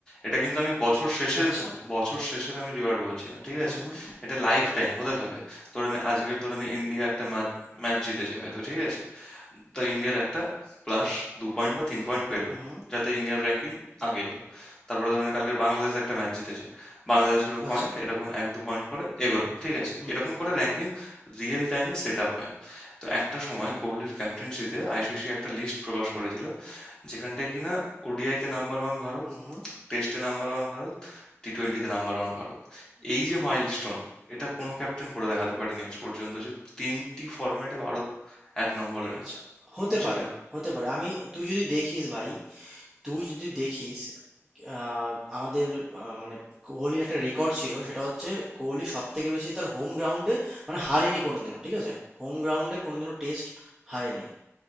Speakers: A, on the left; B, in the centre.
A: এটা কিন্তু আমি বছর শেষের
B: আচ্ছা
A: বছর শেষের আমি রিওয়ার্ড বলছি না ঠিক
B: হুম
A: আছে
B: হুম
A: এটা লাইফ টাইম হতে থাকে ধরে নে আজকের ধরে নে ইন্ডিয়া একটা ম্যাচ জিতেছে হয়তো ঠিক আছে তো ইন্ডিয়ার একটা প্লাস দু পয়েন্ট বা তিন পয়েন্ট পেলো
B: হুম হুম
A: যাতে ইন্ডিয়ার র্যাঙ্কিং আগে এলো তারপরে ধরেন কালকে বাংলাদেশ একটা ম্যাচ জিতেছে বাংলাদেশেরও
B: আচ্ছা
A: পয়েন্ট এরকম এক দু পয়েন্ট করে এগোলো ঠিক আছে
B: হুম
A: এরকম
B: হুম
A: করে র্যাঙ্কিং রিয়েল টাইমে সেট আপ হয় তো একটা সময় কোহলির ক্যাপ্টেন্সিতে আইসিসি একটা লিস্ট প্রকাশ করেছিল যেখানটায় কিনা ওডিআইতে নাম্বার ওয়ান ভারত
B: হুম হুম
A: টেস্টে নাম্বার ওয়ান ভারত টি টোয়েন্টিতে নাম্বার ওয়ান ভারত এই যে মাইলস্টোন এটা কোনো ক্যাপ্টেন করে দেখাতে পারেনি আজ পর্যন্ত যে তিনটি ফরম্যাটে ভারত এক নম্বর র্যাঙ্ক
B: আচ্ছা হতে
A: বুঝলে
B: পারে হতে পারে আমি তুই যদি দেখিস ভাই তুই যদি দেখিস আহ, আমাদের আহ, মানে কোহলির একটা রেকর্ড ছিল সেটা হচ্ছে কোহলি সব থেকে বেশি তার হোম গ্রাউন্ডে মানে হারেনি কোনোদিনও ঠিক আছে হোম গ্রাউন্ডে কোনোদিনও টেস্ট হারেনি